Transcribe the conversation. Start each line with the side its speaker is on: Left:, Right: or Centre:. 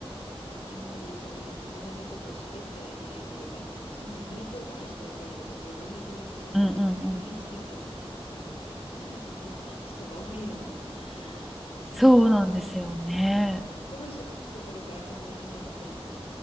Left: あんまり無駄なことを喋ってはいけないというか、そんな秘密をばらしてはいけないとか、自分の気持ちを
Centre: うんうん。
Left: 表現してはいけないとか、なんだかそんな人が多いような <laughs> 気がしません？
Centre: そうなんですよね。
Left: なんか心開くところから始めなきゃみたいな。